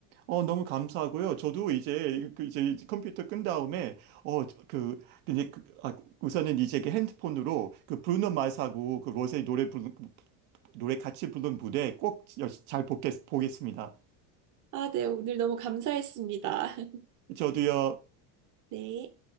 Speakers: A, on the right (about 75°); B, on the right (about 45°).
A: 어, 너무 감사하고요. 저도 이제, 그 이제 컴퓨터 끈 다음에 어, 저- 그, 이제 그, 아, 우선은 이제 그 핸드폰으로 그 브루노 마스하고 그 로제 노래 부 노래 같이 부른 무대 꼭 잘 보겠, 보겠습니다.
B: 아, 네, 오늘 너무 감사했습니다. <laughs>
A: 저도요,
B: 네.